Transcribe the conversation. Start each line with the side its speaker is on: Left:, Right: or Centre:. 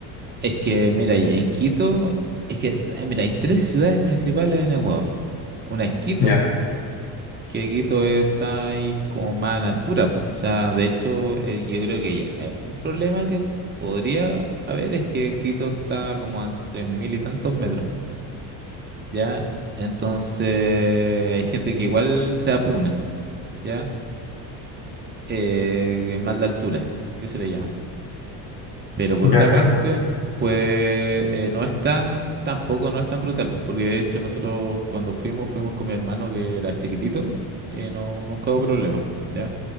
Right: es que, mira, y en Quito, es que, eh, mira, hay tres ciudades principales en Ecuador. Una es Quito,
Left: Ya,
Right: que Quito está ahí como más en altura, po. O sea, de hecho, eh, yo creo que ya, eh, un problema que podría haber es que Quito está como a tres mil y tantos metros, ¿ya? Entonces, hay gente que igual se apuna, ¿ya? Eh, el mal de altura, que se le llama. Pero por
Left: ya
Right: otra
Left: entiendo.
Right: parte, pues eh, no es tan, tampoco no es tan brutal, pues, porque de hecho nosotros cuando fuimos, fuimos con mi hermano que era chiquitito, y no, nunca hubo problema, ¿ya?